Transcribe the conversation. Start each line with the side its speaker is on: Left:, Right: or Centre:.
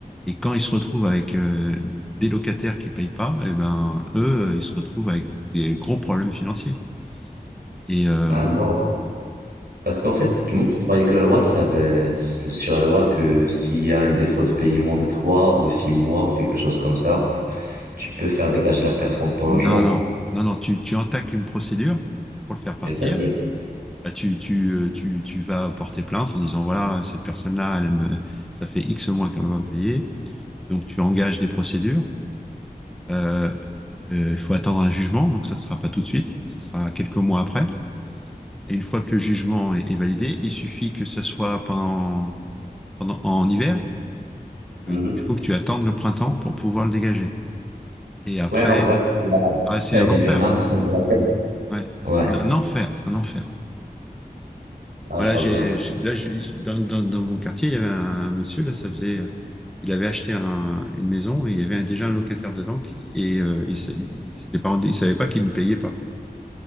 Centre: et quand ils se retrouvent avec euh, des locataires qui payent pas, eh ben eux, euh, ils se retrouvent avec des gros problèmes financiers. Et euh,
Right: Ah, non. Parce qu'en fait, tout le monde croyait que la loi, ça avait, sur la loi, que s'il y a un défaut de paiement de 3 ou 6 mois ou quelque chose comme ça, tu peux faire dégager la personne de ton logement.
Centre: Non, non, non, non, tu, tu entaques une procédure pour le faire partir.
Right: Et ça dure.
Centre: Bah, tu, tu, euh, tu, tu vas porter plainte en disant, voilà, cette personne-là, elle me, ça fait X mois qu'elle m'a pas payé. Donc, tu engages des procédures. Euh, euh, Il faut attendre un jugement, donc ça ne sera pas tout de suite, ce sera quelques mois après. Et une fois que le jugement est, est validé, il suffit que ce soit pendant, pendant, en hiver.
Right: Mhm.
Centre: Euh, Il faut que tu attendes le printemps pour pouvoir le dégager. Et après,
Right: Ouais, en vrai, la
Centre: bah, c'est
Right: trêve
Centre: un enfer.
Right: hivernale, comme on l'appelle.
Centre: Ouais,
Right: Ouais,
Centre: c'est un enfer, un enfer.
Right: ah,
Centre: Voilà,
Right: je vois
Centre: j'ai,
Right: bien.
Centre: j'ai- là, j'ai- dans, dans, dans mon quartier, il y avait un, monsieur, là, ça faisait, euh, il avait acheté un- une maison et il y avait un- déjà un locataire dedans qui, et euh, il, sa- il s'était pas rendu- il savait pas qu'il ne payait pas, quoi.